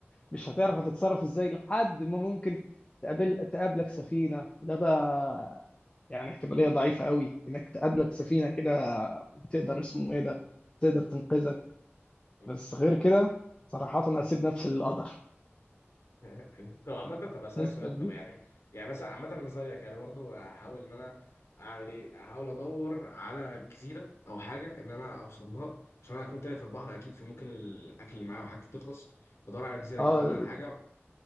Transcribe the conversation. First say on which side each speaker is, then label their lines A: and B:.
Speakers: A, on the left; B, on the left.
A: مش هتعرف
B: آه،
A: هتتصرف ازاي لحد ما ممكن تقابل تقابلك سفينة وده بقى يعني احتمالية ضعيفة قوي انك تقابلك سفينة كده وتقدر اسمه ايه ده تقدر تنقذك
B: آه.
A: بس غير كده صراحة انا هسيب نفسي للقدر
B: <laughs> طب عامة طب اسألك
A: نسبة
B: سؤال
A: كبيرة
B: طب يعني يعني مثلا عامة انا زيك يعني برضو هحاول ان انا اعمل ايه؟ هحاول ادور على جزيرة او حاجة ان انا اوصل لها عشان انا هكون تايه في البحر اكيد فممكن الاكل اللي معايا وحاجتي تخلص بدور على جزيرة
A: اه
B: اجيب منها الحاجة